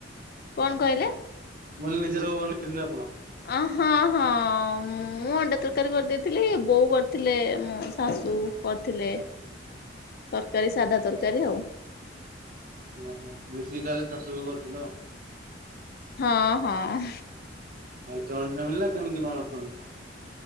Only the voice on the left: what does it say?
କଣ କହିଲେ?
ଅହଁ ହଁ ମୁଁ ଅଣ୍ଡା ତରକାରୀ କରିଦେଇଥିଲି ବୋଉ କରିଥିଲେ ମୋ ଶାଶୁ କରିଥିଲେ ତରକାରୀ ସାଧା ତରକାରୀ ଆଉ
ହଁ ହଁ।